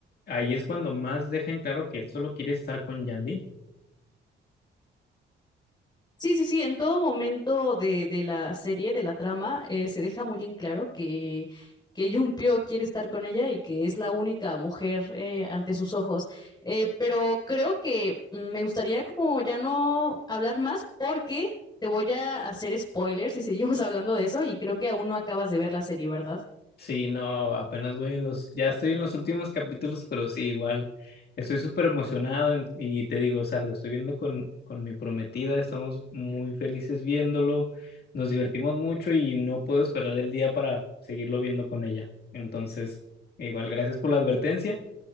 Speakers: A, on the left (about 55°); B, on the left (about 20°).
A: ahí es cuando más dejan claro que él solo quiere estar con Yandine.
B: Sí, sí, sí, en todo momento de, de la serie, de la trama, eh, se deja muy en claro que, que Junpyo quiere estar con ella y que es la única mujer eh, ante sus ojos. Eh, pero creo que mm, me gustaría como ya no hablar más porque te voy a hacer spoilers si seguimos <laughs> hablando de eso y creo que aún no acabas de ver la serie, ¿verdad?
A: Sí, no, apenas voy en los, ya estoy en los últimos capítulos, pero sí, igual, estoy súper emocionado en- y te digo, o sea, lo estoy viendo con, con mi prometida, estamos muy felices viéndolo, nos divertimos mucho y no puedo esperar el día para seguirlo viendo con ella. Entonces, igual, gracias por la advertencia.